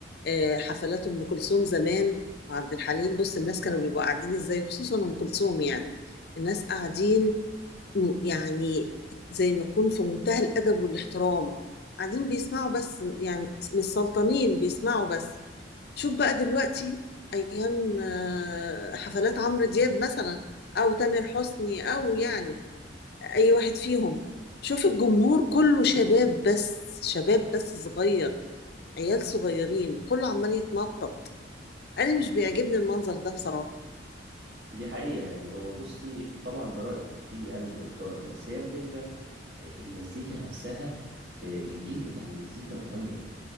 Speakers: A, on the left; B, on the right.
A: آه، حفلات أم كلثوم زمان وعبد الحليم بص الناس كانوا بيبقوا قاعدين إزاي خصوصا أم كلثوم يعني الناس قاعدين م- يعني زي ما يكون في منتهى الأدب والاحترام قاعدين بيسمعوا بس يعني مش سلطانين بيسمعوا بس شوف بقى دلوقتي أيام آه، حفلات عمرو دياب مثلا أو تامر حسني أو يعني أي واحد فيهم شوف الجمهور كله شباب بس شباب بس صغير عيال صغيرين كله عمال يتنطط أنا مش بيعجبني المنظر ده بصراحة
B: دي حقيقة يعني هو بصي طبعا ده رأيك فيه يعني ويحترم بس هي الفكرة آه، المزيكا نفسها آه، الجيل بتاع المزيكا اتغير